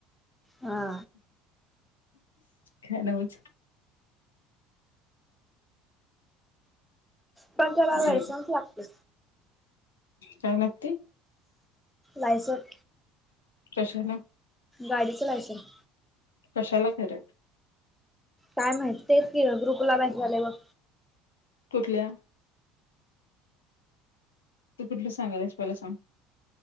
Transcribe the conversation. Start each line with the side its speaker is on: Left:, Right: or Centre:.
Centre: हा.
Left: काय नवंच
Centre: पण त्याला
Left: हम्म,
Centre: लायसन्स लागतय
Left: काय लाग
Centre: लाईसन
Left: कशाला
Centre: गाडीच लायसन्स
Left: कशाला खर
Centre: काय माहित ते की ग्रुपला <unintelligible> आलय बघ.
Left: कुठल्या? तू कुठलं सांगालस पहिला सांग.